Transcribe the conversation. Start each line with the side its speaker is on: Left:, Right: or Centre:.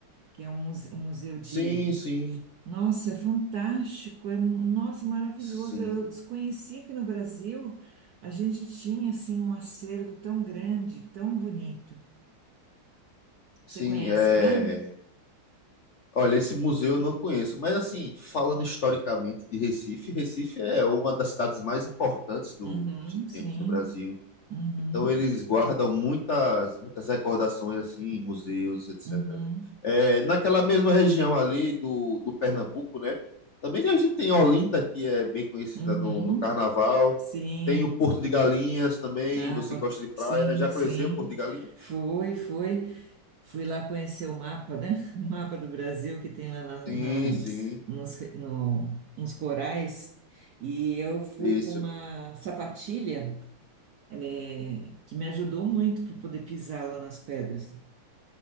Right: que é um muse- um museu de
Left: sim, sim,
Right: nossa, é fantástico, é nossa, maravilhoso.
Left: sim,
Right: Eu desconhecia que no Brasil a gente tinha assim um acervo tão grande, tão bonito.
Left: sim,
Right: Você conhece
Left: é.
Right: lá?
Left: Olha, esse museu eu não conheço, mas assim, falando historicamente de Recife, Recife é uma das cidades mais importantes do
Right: Uhum,
Left: que a gente
Right: sim.
Left: tem aqui no Brasil.
Right: Uhum,
Left: Então eles guardam muitas, muitas recordações assim, em museus, etc.
Right: uhum,
Left: É, naquela mesma região ali do, do Pernambuco, né? Também a gente tem Olinda, que é bem conhecida
Right: uhum.
Left: no, no carnaval.
Right: Sim.
Left: Tem o Porto de Galinhas também.
Right: Ah,
Left: Você
Right: por-
Left: gosta de praia?
Right: sim,
Left: Já conheceu
Right: sim.
Left: o Porto de Galinhas?
Right: Foi, foi. Fui lá conhecer o mapa, né? <laughs> O mapa do Brasil que tem lá na, na-
Left: Sim, sim.
Right: nos, re- no- nos corais. E eu fui
Left: Isso.
Right: com uma sapatilha, eh, que me ajudou muito para poder pisar lá nas pedras.